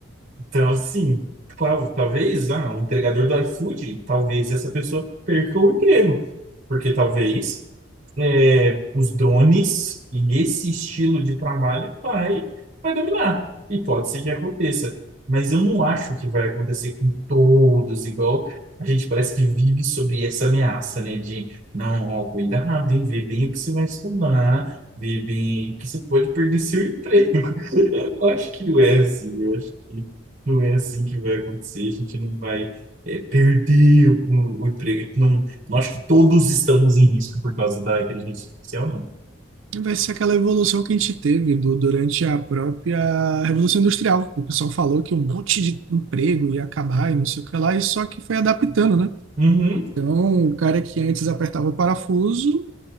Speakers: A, on the right (about 40°); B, on the right (about 75°).
A: Então, assim, claro, talvez ah, um entregador do iFood, talvez essa pessoa perca o emprego, porque talvez é, os drones e esse estilo de trabalho vai, vai dominar. E pode ser que aconteça. Mas eu não acho que vai acontecer com todos, igual a gente parece que vive sobre essa ameaça, né? De, não, ó, cuidado, hein? Vê bem o que você vai estudar, vê bem que você pode perder seu emprego. <laughs> Eu acho que não é assim, eu acho que não é assim que vai acontecer, a gente não vai é, perder o, o emprego. Não, não acho que todos estamos em risco por causa da inteligência artificial, não.
B: Vai ser aquela evolução que a gente teve do- durante a própria Revolução Industrial, que o pessoal falou que um monte de emprego ia acabar e não sei o que lá, e só que foi adaptando, né?
A: Uhum,
B: um cara que antes apertava o parafuso,